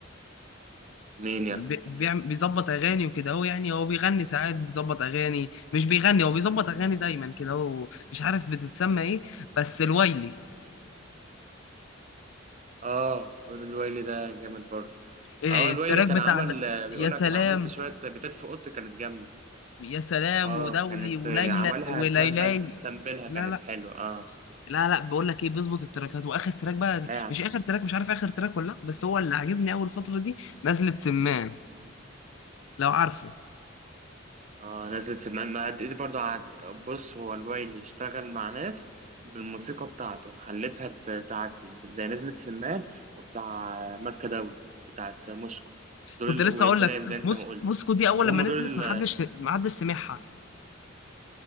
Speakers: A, on the right; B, on the left.
A: مين يا
B: بي...
A: اسطى
B: بيعم- بيظبط اغاني وكده هو يعني هو بيغني ساعات بيظبط اغاني مش بيغني هو بيظبط اغاني دايما كده هو مش عارف بتتسمى ايه بس الويلي
A: اه الواد الويلي ده جامد برضه
B: إيه
A: اه الويلي
B: التراك
A: كان
B: بتاع
A: عمل
B: ده
A: بيقول
B: يا سلام
A: لك انا عملت شويه بيتات في اوضتي كانت جامده
B: يا سلام
A: اه
B: ودولي
A: كانت
B: وليلى
A: آه، عملها
B: وليلاي
A: سامبل سامبلها
B: لا
A: كانت
B: لا
A: حلوة اه
B: لا لا بقول لك ايه بيظبط التراكات واخر تراك بقى
A: لا
B: مش اخر تراك مش عارف اخر تراك ولا لا بس هو اللي عاجبني اول فتره دي نزله سمان لو عارفه
A: اه نزل سمان ما دي برضه عاد- بص هو الوايلي اشتغل مع ناس بالموسيقى بتاعته خلتها ت- تعدي زي نزلة سمان وبتاع ماركة دولي بتاعت موسكو دول
B: كنت
A: ال-
B: لسه
A: ويا
B: اقول
A: سلام
B: لك
A: زي انت
B: موسكو
A: ما قلت
B: موسكو دي اول
A: هم
B: لما نزلت
A: دول اللي
B: ما حدش ما حدش سمعها